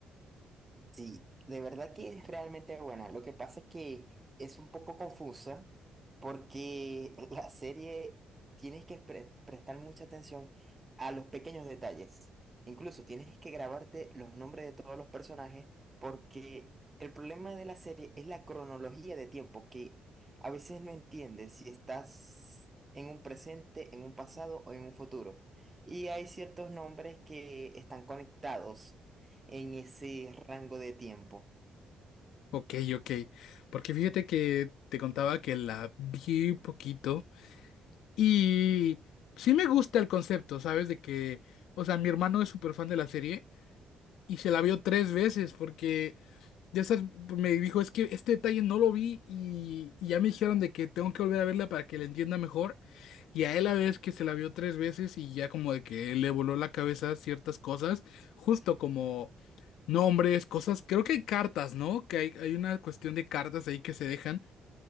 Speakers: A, on the right; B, on the left.
A: Sí, de verdad que es realmente buena. Lo que pasa es que es un poco confusa porque <laughs> la serie tienes que pre- prestar mucha atención a los pequeños detalles. Incluso tienes que grabarte los nombres de todos los personajes porque el problema de la serie es la cronología de tiempo que a veces no entiendes si estás en un presente, en un pasado o en un futuro. Y hay ciertos nombres que están conectados en ese rango de tiempo.
B: Ok, ok. Porque fíjate que te contaba que la vi poquito y sí me gusta el concepto, ¿sabes? De que, o sea, mi hermano es súper fan de la serie y se la vio tres veces porque Ya sabes, me dijo, es que este detalle no lo vi y, y ya me dijeron de que tengo que volver a verla para que la entienda mejor. Y a él la vez que se la vio tres veces y ya como de que le voló la cabeza ciertas cosas, justo como nombres, cosas, creo que hay cartas, ¿no? Que hay, hay una cuestión de cartas ahí que se dejan